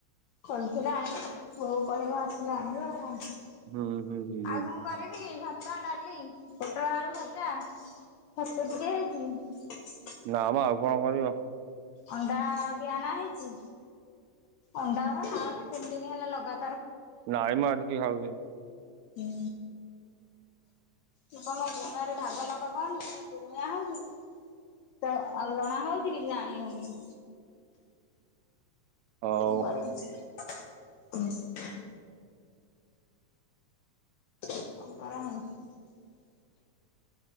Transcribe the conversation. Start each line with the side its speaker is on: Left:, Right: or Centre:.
Left: ଖୋଲିଥିଲେ ଆଣ ନହେଲେ ପୁଅ କୁ କହିବ ଆସିଲେ ଆଣିବ। ଆଉ
Right: ହୁଁ ହୁଁ ହୁଁ ହୁଁ
Left: କଣ କରିବି ଭାତ ଡାଲି। ପୋଟଳ ଆଳୁ ଭଜା ଛତୁ ଟିକେ ହେଇଛି।
Right: ନା ମ ଆଉ କଣ କରିବ।
Left: ଅଣ୍ଡା ବି ଆଣା ହେଇଛି ଅଣ୍ଡା ଗୁରା ଖାଅନି ତିନି ଦିନ ହେଲା ଲଗା।
Right: ନାଇଁ ମ ଆଜିିକିଏ ଖାଉଛି।
Left: ହୁଁ। ମୁ ତମ ଲୁଣ ରେ ଭାଗ ମାପ ପାଉନି କେତେବେଳେ ଲୁଣିଆ ହଉଛି। କେତେବେଳେ ଅଲଣା ହଉଛି କିଛି ଜାଣି ହଉନି।
Right: ହଉ
Left: କଣ କରିବି। <unintelligible>